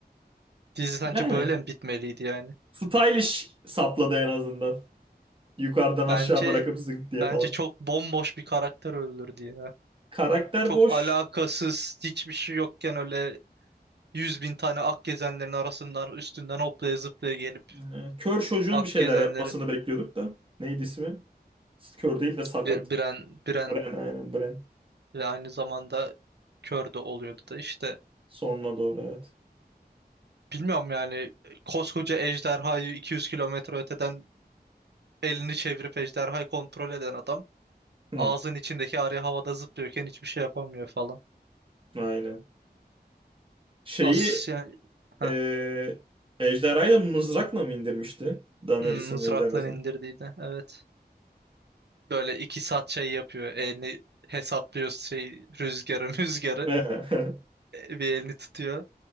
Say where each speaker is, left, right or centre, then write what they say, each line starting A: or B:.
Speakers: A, on the right (about 85°); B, on the right (about 30°).
A: Dizi sence
B: Yani
A: böyle mi bitmeliydi yani?
B: stylish sapladı en azından. Yukarıdan aşağı
A: Bence
B: bırakıp zınk diye
A: bence
B: falan.
A: çok bomboş bir karakter öldürdü ya.
B: Karakter
A: Çok
B: boş.
A: alakasız, hiçbir şey yokken öyle yüz bin tane Akgezenlerin arasından üstünden hoplaya zıplaya gelip
B: Ee, Kör çocuğun
A: Akgezenlerin
B: bir şeyler yapmasını bekliyorduk da. Neydi ismi? Kör değil de sakat.
A: bir, Biren Biren
B: Bren aynen Bren.
A: ve aynı zamanda kör de oluyordu da işte
B: Sonuna doğru evet.
A: bilmiyorum yani koskoca ejderhayı 200 kilometre öteden Elini çevirip ejderhayı kontrol eden adam
B: Hmm.
A: ağzın içindeki arı havada zıplıyorken hiçbir şey yapamıyor falan.
B: Aynen. Şeyi
A: As yani heh,
B: eee ejderhayı da mızrakla mı indirmişti? Daenerys'in
A: hmm, mızrakla
B: ejderhası.
A: indirdiğini evet. Böyle iki saat şey yapıyor. Elini hesaplıyor şey rüzgarı <laughs> müzgarı.
B: <laughs>
A: E, Bir elini tutuyor.